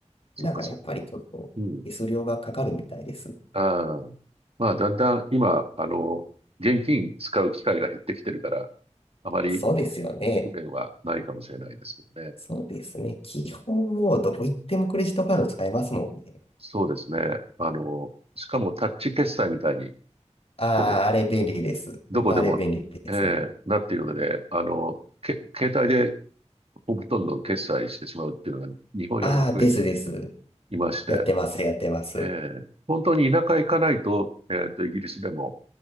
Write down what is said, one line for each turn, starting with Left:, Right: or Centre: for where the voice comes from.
Right: そっかそっか。
Left: なんかやっぱりちょっと手数料がかかるみたいです。
Right: うん。ああ。まあ、だんだん今、あの、現金使う機会が減ってきてるから、あまり
Left: そうですよね。
Right: 不便はないかもしれないですけどね。
Left: そうですね。基本もうどこ行ってもクレジットカード使えますもんね。
Right: そうですね。あの、しかもタッチ決済みたいに、
Left: ああ、
Right: ほぼ
Left: あれ便利です。
Right: どこでも、
Left: 本当あれ便利です。
Right: ええなっているので、あの、け、携帯でほとんど決済してしまうっていうのが日本よりも増えて
Left: ああ、ですです。
Right: いまして、
Left: やってます、やってます。
Right: ええ本当に田舎行かないと、えっと、イギリスでも、